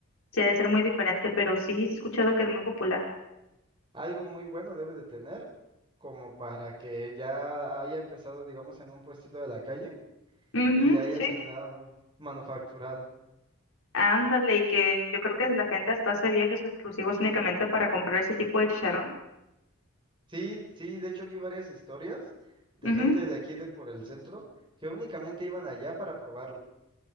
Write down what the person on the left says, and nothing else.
sí debe ser muy diferente, pero sí, sí he escuchado que es muy popular.
Ujú,
sí,
ándale, y que yo creo que la gente hasta hace viajes exclusivos únicamente para comprar ese tipo de chicharrón.
Ujú,